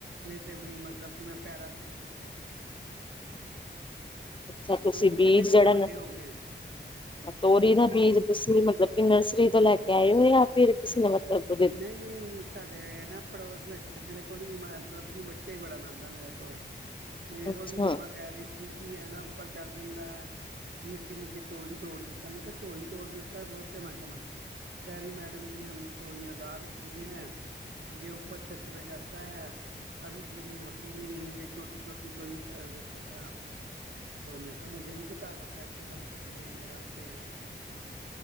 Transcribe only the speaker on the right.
ਨਹੀਂ ਤੇ ਮ ਮਤਲਬ ਕਿ ਮੈਂ ਪੈਰਾਂ 'ਚ ਨਹੀਂ ਸੁੱਟੇ।
ਤੇ ਉਹ ਵੀ
ਕਿੰਨੇ-ਕਿੰਨੇ
ਵੱਡੇ
ਹੋ ਗਏ।
ਨਹੀਂ-ਨਹੀਂ, ਸਾਡੇ ਨਾ ਪੜੋਸ ਵਿੱਚ ਮੇਰੇ ਕੋਲ਼ ਈ, ਮਤਲਬ ਕਿ ਬੱਚਾ ਈ ਬੜਾ ਆਨੰਦਾ ਮੇਰੇ ਕੋਲੋਂ। ਤੇ
ਉਹਦੀ ਮੰਮਾ ਕਹਿ ਰਹੀ ਸੀ, ਕਿ ਇਹ ਨਾ ਉੱਪਰ ਚੜ੍ਹ ਜਾਂਦਾ ਐ ਨਿੱਕੀ-ਨਿੱਕੀ ਤੋਰੀ ਤੋੜ ਦਿੱਤਾ, ਮੈਂ ਕਿਹਾ ਤੋਰੀ ਤੋੜ ਦਿੱਤਾ, ਬੋ ਕੇ ਮੈਂ ਕਿਹਾ ਮੈਂ ਤੂੰ ਕਹਿ ਰਹੀ ਮੈਡਮ ਜੀ ਹਮ ਨੇ ਤੋਰੀ ਅਗਾ ਰੱਖੀ ਐ। ਜੇ ਉੱਪਰ ਛੱਤ ਪੇ ਜਾਤਾ ਹੈ। ਅਭੀ ਪੂਰੀ ਹੋਤੀ ਵੀ ਨਹੀਂ, ਜੇ ਛੋਟੀ-ਛੋਟੀ ਕੋ ਹੀ ਕਰ ਦੇਤਾ ਖ਼ਰਾਬ। ਤੋ ਮੈਂ ਕਿਹਾ ਮੁੰਡੇ ਨੂੰ ਬਤਾ ਦੋ ਫਿਰ। ਈਵਨ, ਬੀੜ ਲਗਾਤੇ ਹੈ।